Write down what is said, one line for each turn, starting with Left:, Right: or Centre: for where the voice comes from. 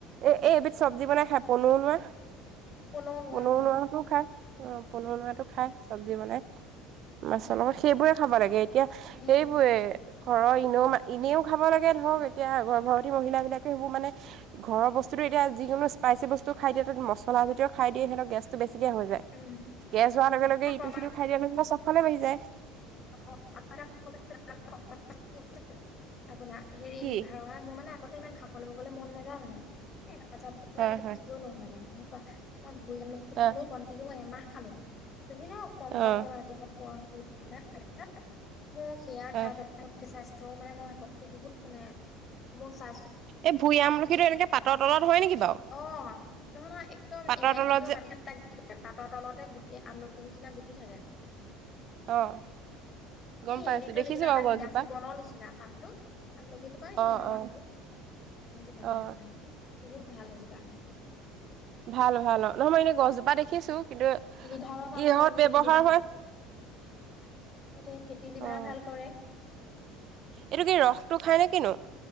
Right: এ-এ-এবিধ চব্জি বনাই খাই, পনো <unintelligible>
Left: কোনেও নোৱাৰো
Right: পনো <unintelligible> খাই অ', পনু ওলোৱাটো খাই চব্জি বনাই। মাছৰ
Left: উম,
Right: লগত সেইবোৰে খাব লাগে, এতিয়া
Left: সেইটো
Right: সেইবোৰে ঘৰৰ এনেও মা এনেও খাব লাগে ধৰক এতিয়া গৰ্ভৱতী মহিলাবিলাকে সেইবোৰ মানে ঘৰৰ বস্তুটো এতিয়া যিকোনো স্পাইচি বস্তু খায় দিয়াটোত মছলা জাতীয় খাই দিয়ে সিহঁতৰ গেছটো বেছি হৈ যায়
Left: উম,
Right: গেছ হোৱাৰ লগে, লগে
Left: প্ৰমাণ
Right: ইটো সিটো খাই দিয়া লগে চবফালে বাঢ়ি যায়।
Left: <unintelligible> আপোনা হেৰি
Right: কি?
Left: লিভা ৰঙা মোৰ মানে আগ ইমান খাবলে ববলে মন নাযায় মানে এ <unintelligible>
Right: হয়
Left: মই দেখিবই
Right: হয়
Left: নোৱাৰো মানে <unintelligible>
Right: অ
Left: <unintelligible> কণ্টিনিউ এমাহ খালো বেছি নহয় কম, কমকে
Right: অ
Left: মানে ৰাতিপুৱা <unintelligible> <inaudible> মোৰ সেয়া খায়
Right: অ
Left: পেলাই <unintelligible> মানে মই <unintelligible> বহুত মানে মই চা
Right: এই ভূঞ আমলখি এনেকে পাতৰ তলত হয়, নেকি বাৰু?
Left: অ', নহয়, নহয় একদম
Right: পাতৰ
Left: এ,
Right: তলত
Left: একে
Right: যে
Left: মাটিত লাগি থাকে পাতৰ তলতে গুট এ, আমলখি নিচিনা গুটি থাকে।
Right: অ'। গম
Left: এই
Right: পাইছো
Left: হেৰিটোৰ
Right: দেখিছো
Left: নিচিনা আপোনাৰ
Right: বাৰু গছজোপা
Left: নিগাজি বনৰ নিচিনা পাতটো, আমলখিজোপাৰ নিচিনাই
Right: অ অ
Left: পাতটো, <unintelligible>
Right: অ
Left: আপোনাৰ। বহুত ভাল হৈ যিবা।
Right: ভাল ভাল, অ', নহ মই এনেই গছজোপা দেখিছো, কিন্তু
Left: লিভাৰৰ কাম
Right: কিহত
Left: কৰে ফেটি
Right: ব্যৱহাৰ হয়
Left: এইটোৱে ফেটি লিভাৰ
Right: অ
Left: ভাল কৰে।
Right: এইটো কি ৰসটো খাই নে কিনো?